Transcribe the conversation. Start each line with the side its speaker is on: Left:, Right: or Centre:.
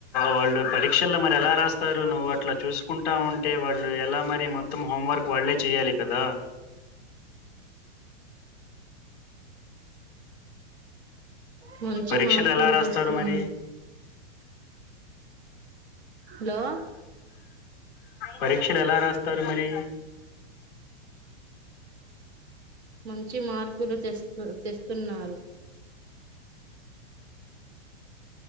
Centre: వాళ్ళు పరీక్షల్లో మరి ఎలా రాస్తారు నువ్వు అట్లా చూసుకుంటా ఉంటే వాళ్ళు ఎలా మరి మొత్తం మొత్తం హోంవర్క్ వాళ్ళే చెయ్యాలి కదా
Right: మంచి
Centre: పరీక్షలు
Right: మార్కులు
Centre: ఎలా రాస్తారు
Right: తెస్తున్నారు
Centre: మరి
Right: లో
Centre: పరీక్షలు ఎలా రాస్తారు మరి
Right: మంచి మార్కులు తెస్తున్నారు